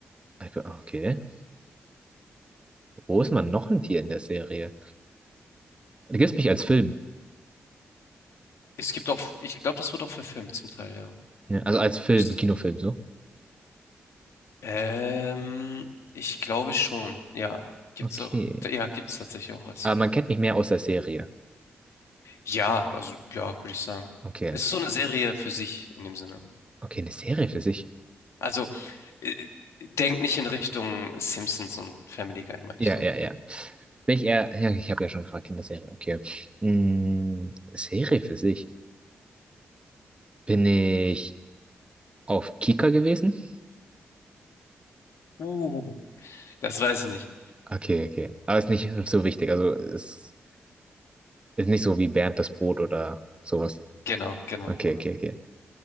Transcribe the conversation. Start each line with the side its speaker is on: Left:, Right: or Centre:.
Right: Ich bin- ah, Okay. Wo ist man noch ein Tier in der Serie? Du kennst mich als Film.
Left: Es gibt auch, ich glaube, das wird auch verfilmt zum Teil, ja.
Right: Ja, also als Film,
Left: müsste.
Right: Kinofilm, so.
Left: Ähm, ich glaube schon. Ja, gibt's
Right: Okay.
Left: auch. Ja, gibt's tatsächlich auch als
Right: Aber
Left: Kinofilm.
Right: man kennt mich mehr aus der Serie.
Left: Ja, also ja, würde ich sagen.
Right: Okay.
Left: Es ist so eine Serie für sich in dem Sinne.
Right: Okay, eine Serie für sich.
Left: Also äh, denkt nicht in Richtung Simpsons und Family Guy, meine
Right: Ja,
Left: ich damit.
Right: ja, ja. Bin ich eher, ja, ich habe ja schon gefragt, Kinderserie, okay. Mm, Serie für sich. Bin ich auf Kika gewesen?
Left: Uh. Das weiß ich nicht.
Right: Okay, okay. Aber ist nicht so wichtig. Also ist, ist nicht so wie Bernd das Brot oder sowas.
Left: Genau, genau,
Right: Okay,
Left: genau.
Right: okay, okay.